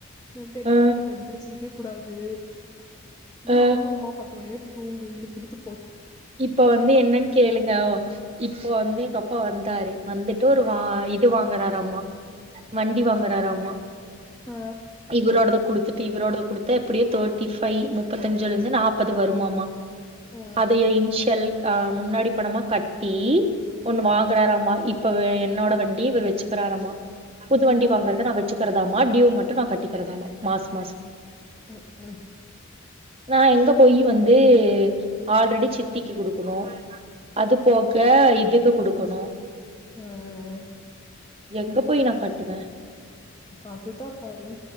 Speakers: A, on the left (about 15°); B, on the right (about 25°).
A: நான்ட்டு என்ன
B: ஆ
A: பண்டேன் நா எந்திரிச்சி போய் கூடாது என்ன
B: ஆ
A: ஆமா ஆமா பத்து மணி வரை தூங்கு இழுத்துழுத்து
B: இப்ப வந்து என்னன் கேளுங்க இப்போ வந்து எங்க அப்பா வந்தாரு வந்துட்டு ஒரு வா இது வாங்னாராமா வண்டி வாங்குறாராமா
A: ஆ
B: இவரோடத குடுத் இவரோட குடுத்த எப்டியோ தேர்டிைஃபை முப்பத்தஞ்சுல இருந்து நாப்பது வருமாமா
A: ம்
B: அதைய இன்ஷல் அஹ் முன்னாடி பணமா கட்டி ஒண்ணு
A: ம்
B: வாங்குறாராமா இப் இப்ப என்னோட வண்டி இவரு வச்சுக்கிறாறாமா புது
A: ம்
B: வண்டி வாங்குறத நான் வச்ச வச்சுக்கிறதாமா டியுவ் மட்டும் நான் கட்டிக்கிறதாமா மாசம் மாசம்
A: உம் உஹம்
B: நா எங்க போயி வந்து ஆல்ரெடி சித்திக்கு
A: ம்.
B: குடுக்கணும் அது போக இதுக்கு குடுக்கணும்
A: ம் ம்
B: எங்க போய் நான் கட்டுவன்
A: அதுதாப்பாரு